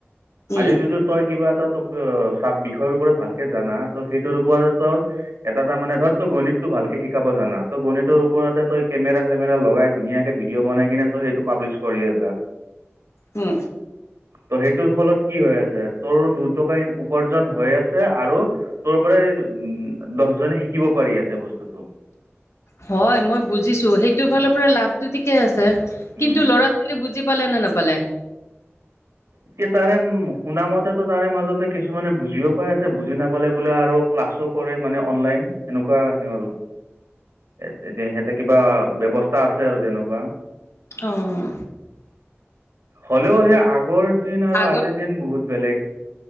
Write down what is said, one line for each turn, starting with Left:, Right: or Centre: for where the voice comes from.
Left: উম
Right: আজি যদিটো তই কিবা এটা চা বিষয়ৰ ওপৰত ভালকে জানা ত সেইটোৰ ওপৰত তই এটা টা মানে ধৰ তই গণিতটো ভালকে শিকাব জানা ত গণিতৰ ওপৰতে তই কেমেৰা চেমেৰা লগাই ধুনীয়াকে ভিডিঅ' বনাই কিনে ত সেইটো পাব্লিছ কৰি আছা।
Left: উম
Right: ত' সেইটোৰ ফলত কি হৈ আছে, তোৰ দুটকাহ উপাৰ্জন হৈ আছে আৰু তোৰ পৰাই উ দহজনে শিকিব পাৰি আছে বস্তুতটো
Left: হয় মই বুজিছো সেইটোৰ ফালৰ পৰা লাভটো ঠিকে আছে,
Right: উম,
Left: কিন্তু ল'ৰা ছোৱালী বুজি পালে না নাপালে।
Right: এতিয়া তাৰে শুনা মতেতো তাৰে মাজতে কিছুমানে বুজিও পাই আছে। বুজি নাপালে বোলে আৰু ক্লাছো কৰে মানে অনলাইন এনেকুৱা সি আৰু তেতিয়া সিহঁতে কিবা ব্যৱস্থা আছে আৰু তেনেকুৱা।
Left: অঁ
Right: হ'লেও সেই আগৰ দিন আৰু
Left: আগত
Right: আজিৰ দিন বহুত বেলেগ